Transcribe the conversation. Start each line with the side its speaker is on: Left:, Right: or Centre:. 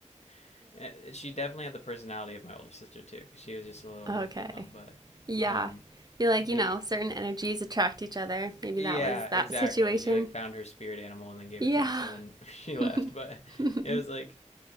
Left: <laughs> she definitely had the personality of my older sister too, because she was just
Right: <laughs>
Left: a little
Right: okay.
Left: like hoodlum. But
Right: Yeah.
Left: um,
Right: Feel like,
Left: the
Right: you know, certain energies attract each other. Maybe
Left: Yeah,
Right: that was that
Left: exactly.
Right: situation.
Left: She like found her spirit animal and then gave
Right: Yeah.
Left: it to us and then <laughs> she left.
Right: <laughs>
Left: But
Right: mm-hmm.
Left: it was like